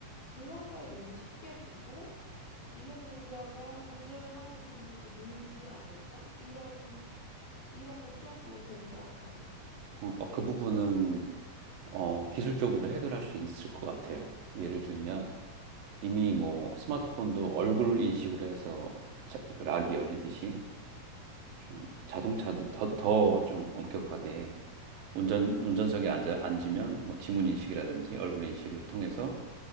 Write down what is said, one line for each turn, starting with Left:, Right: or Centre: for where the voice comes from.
Left: 그런 거에 너무 쉽게 보고 미성년자가 운전을 하는 경우도 늘지 않을까? 이런, 이런 걱정도 되는 것 같아요.
Right: 어, 어, 그 부분은 어, 기술적으로 해결할 수 있을 것 같아요. 예를 들면 이미 뭐 스마트폰도 얼굴 인식으로 해서 자- 그 락이 열리듯이 좀 자동차도 더, 더 좀 엄격하게 운전, 운전석에 앉아, 앉으면 뭐 지문 인식이라든지 얼굴 인식을 통해서